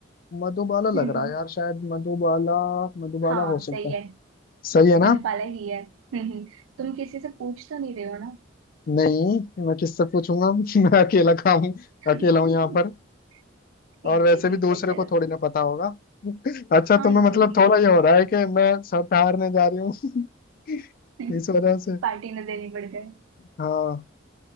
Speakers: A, on the left; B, on the right.
A: मधुबाला
B: हम्म
A: लग
B: हम्म,
A: रहा है यार शायद मधुबाला मधुबाला
B: हाँ
A: हो सकता
B: सही
A: है
B: है
A: सही है ना
B: मधुबाला ही है हम्म हम्म, तुम किसी से पूछ तो नहीं रहे हो
A: नहीं मैं किससे पूछूंगा <laughs> मैं अकेला काम
B: ना
A: अकेला हूँ यहाँ
B: <laughs>
A: पर
B: ठीक
A: और वैसे
B: है ठीक
A: भी दूसरे
B: है चलो
A: को थोड़ी ना पता होगा <laughs> अच्छा
B: हाँ
A: तुम्हें
B: ये
A: मतलब
B: भी
A: थोड़ा
B: है
A: ये हो रहा है कि मैं सब हारने जा रही हूँ <laughs>
B: <laughs>
A: इस वजह से
B: पार्टी न देनी पड़ जाए
A: हाँ